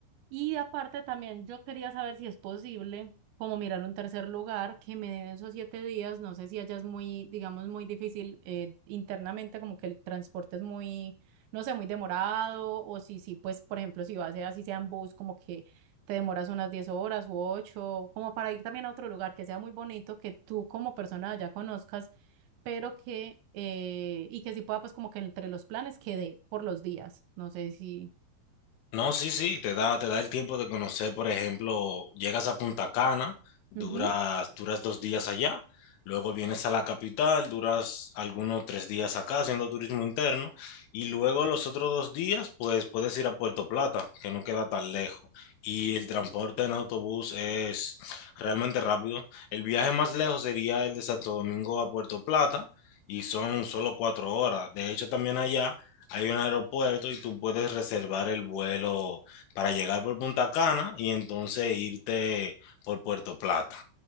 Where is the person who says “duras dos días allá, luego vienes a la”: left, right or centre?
Left